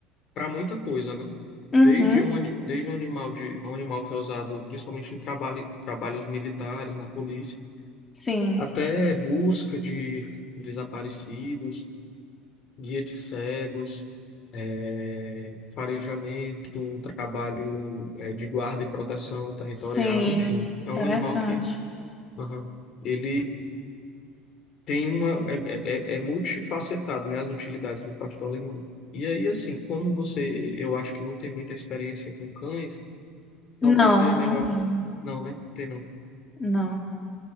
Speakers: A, on the left; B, on the left.
A: para muita coisa, né?
B: Uhum,
A: Desde um, ani- desde um animal de um animal que é usado principalmente em trabalho, trabalhos militares, na polícia,
B: sim,
A: até busca de desaparecidos. guia de cegos, eh, farejamento, trabalho, eh, de guarda e proteção territorial,
B: sim,
A: enfim, é
B: interessante.
A: um animal que aham, ele tem uma é, é, é é multifacetado, né, as utilidades do pastor alemão. E aí, assim, como você, eu acho que não tem muita experiência com cães, talvez
B: Não,
A: seria melhor,
B: não tem.
A: não, né? Tem não.
B: Não.